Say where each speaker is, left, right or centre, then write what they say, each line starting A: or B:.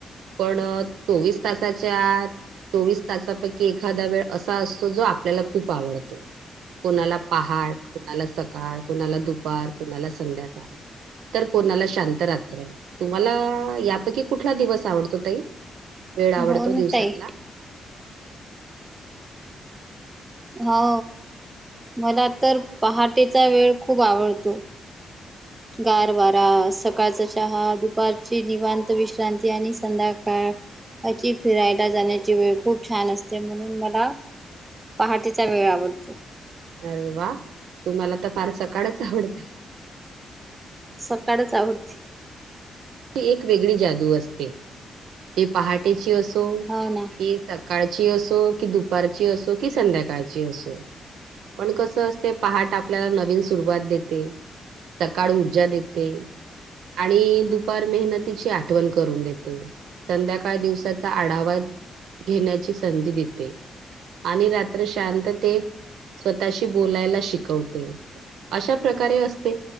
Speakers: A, on the right (about 85°); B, on the right (about 25°).
A: पण चोवीस तासाच्या आत चोवीस तासांपैकी एक एखादा वेळ असा असतो जो आपल्याला खूप आवडतो. कोणाला पहाट, कुणाला सकाळ, कुणाला दुपार, कुणाला संध्याकाळ. तर कुणाला शांत रात्र. तुम्हाला यापैकी कुठला दिवस आवडतो ताई? वेड आवडतो
B: हो ना
A: दिवसातला?
B: ताई हो मला तर पहाटेचा वेळ खूप आवडतो. गार वारा, सकाळचा चहा, दुपारची निवांत विश्रांती आणि संध्याकाळ ची फिरायला जाण्याची वेळ खूप छान असते म्हणून मला पहाटेचा वेळ आवडतो.
A: अरे वा तुम्हाला तर फार सकाळच आवडते.
B: सकाळचं आवडते.
A: ती एक वेगळीच जादू असते. ती पहाटेची असो ती
B: हो ना
A: सकाळची असो, की दुपारची असो, की संध्याकाळची असो. पण कसं असते पहाट आपल्याला नवीन सुरुवात देते. सकाळ ऊर्जा देते आणि दुप पार मेहनतीची आठवण करून देते, संध्याकाळ दिवसाचा आढावा घेण्याची संधी देते आणि रात्री शांततेत स्वतःशी बोलायला शिकवते. अशा प्रकारे असते